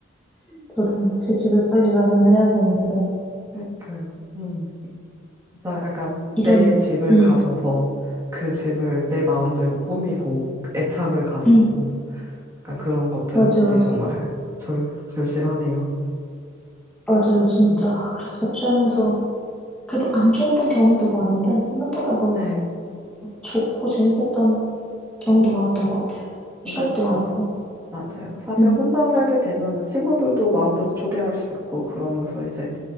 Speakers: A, in the centre; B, on the right.
A: 저도 제 집을 빨리 마련을 해야 되는데
B: 그러니까요. 음. 진짜 약간
A: 이런
B: 내 집을
A: 음,
B: 가져서 그 집을 내 마음대로 꾸미고 애착을 가지고
A: 음,
B: 약간 그런 것들이
A: 맞아요, 맞아요.
B: 정말 절, 절실하네요.
A: 맞아요, 진짜.
B: 음.
A: 그래서 같이 하면서 그래도 안 좋았던 경험도 많은데 생각보다 뭐
B: 네,
A: 좋고 재밌었던 경험도 많았던 것 같아요.
B: 그렇죠.
A: 추억도 많았고.
B: 맞아요. 사실
A: 음,
B: 혼자 살게 되면은 친구들도 마음대로 초대할 수 있고 그러면서 이제